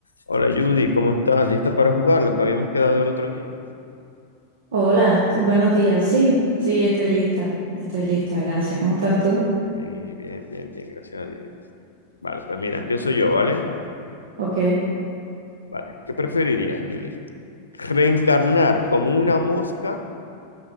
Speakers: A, on the left; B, on the right.
A: Hola Judy, ¿cómo estás? ¿Lista para jugar lo que habíamos quedado el otro día?
B: Hola, sí, buenos días. Sí, sí, estoy lista. Estoy lista, gracias. ¿Cómo estás tú?
A: Vale, bien, y bien, bien, bien, gracias a Dios. Judy. Vale, pues mira, empiezo yo, ¿vale?
B: Ok. <laughs>
A: Vale, ¿qué preferirías, Judy? ¿Reencarnar como una mosca